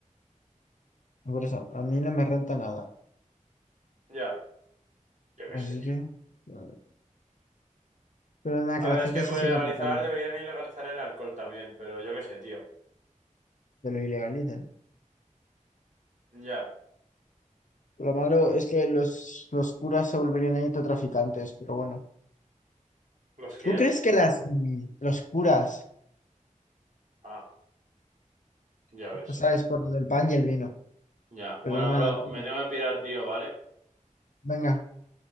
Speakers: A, on the left; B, on the right.
A: Por eso, a mí no me renta nada.
B: Ya, yo qué
A: Así
B: sé, tío.
A: que, bueno. pero nada,
B: A
A: que
B: ver,
A: la gente
B: es que por
A: se siga
B: ilegalizar
A: matando,
B: deberían ilegalizar el alcohol también, pero yo qué sé, tío.
A: que lo ilegalicen.
B: Ya.
A: Lo malo es que los, los curas se volverían traficantes, pero bueno.
B: ¿Los quién?
A: ¿Tú crees que las, mm, los curas,
B: Ah, ya ves.
A: pues sabes, por lo del pan y el vino?
B: Ya.
A: Pero
B: Bueno,
A: nada,
B: bro,
A: tío.
B: me tengo que pirar, tío, ¿vale?
A: Venga,